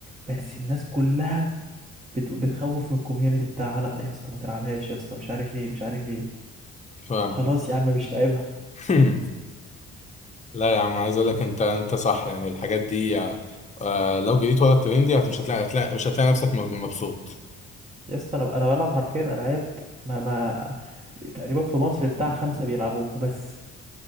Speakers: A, on the right; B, on the left.
A: بس الناس كلها بت... بتخوف من الكوميونتي بتاعها لا يا اسطى ما تلعبهاش يا اسطى مش عارف ايه مش عارف ايه
B: فاهمك
A: خلاص يا عم مش لاعبها
B: <laughs> لا يا عم عايز اقول لك انت انت صح يعني الحاجات دي آه، آه، لو جريت ورا الترند دي هت- مش هتلاقي هتلاقي مش هتلاقي نفسك مب- مبسوط
A: يا اسطى انا انا بلعب حرفيا العاب ما ما تقريبا في مصر بتاع خمسه بيلعبوها بس